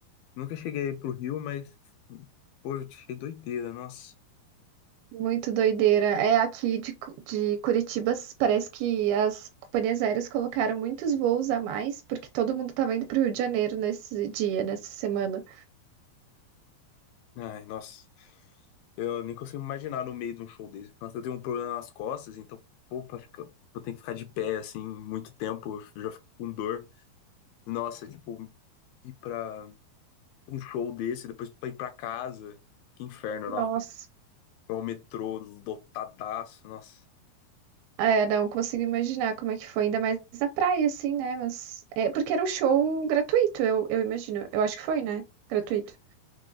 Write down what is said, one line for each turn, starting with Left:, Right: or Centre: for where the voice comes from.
Left: Nunca cheguei pro Rio, mas, pô, eu achei doideira, nossa.
Right: Muito doideira. É aqui de, Cu- de Curitiba, s- parece que as companhias aéreas colocaram muitos voos a mais, porque todo mundo tava indo pro Rio de Janeiro nesse dia, nessa semana.
Left: Ai, nossa. Eu nem consigo imaginar no meio de um show desse. Nossa, eu tenho um problema nas costas, então, pô, pra ficar, eu tenho que ficar de pé, assim, muito tempo, eu já fico com dor. Nossa, tipo, ir pra um show desse, depois pra ir pra casa, que inferno,
Right: Nossa.
Left: nossa. É o metrô lotadaço, nossa.
Right: É, não consigo imaginar como é que foi, ainda mais na praia, assim, né? Mas. É, porque era um show gratuito, eu, eu imagino. Eu acho que foi, né? Gratuito.